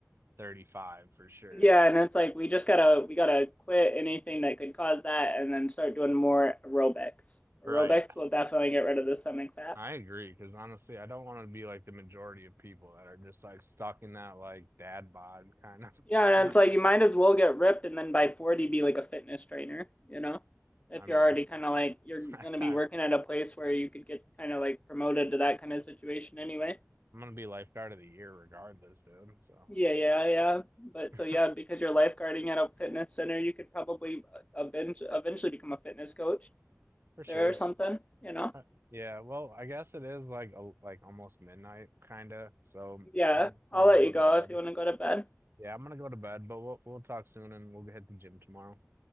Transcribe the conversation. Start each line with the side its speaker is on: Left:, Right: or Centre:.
Right: 35 for sure.
Left: yeah, and it's like we just gotta we gotta quit anything that could cause that, and then start doing more aerobics.
Right: Right.
Left: Aerobics will definitely get rid of the stomach fat.
Right: I agree. Cause honestly, I don't want to be like the majority of people that are just like stuck in that like dad bod kind of. <laughs>
Left: Yeah, and
Right: When I,
Left: it's like you might as well get ripped, and then by forty be like a fitness trainer. You know, if
Right: I mean,
Left: you're already kind of like you're
Right: <laughs>
Left: gonna
Right: I'm
Left: be working at a place where you could get kind of like promoted to that kind of situation anyway.
Right: gonna be lifeguard of the year regardless, dude. So
Left: Yeah, yeah, yeah. But
Right: <laughs>
Left: so yeah, because you're lifeguarding at a fitness center, you could probably event- eventually become a fitness coach
Right: for sure.
Left: there or something, you know?
Right: Uh, Yeah, well, I guess it is like a, like almost midnight kind of. So
Left: Yeah,
Right: I think I'm
Left: I'll
Right: gonna
Left: let
Right: go
Left: you
Right: to
Left: go
Right: bed.
Left: if you want to go to bed.
Right: Yeah, I'm gonna go to bed, but we'll we'll talk soon and we'll hit the gym tomorrow.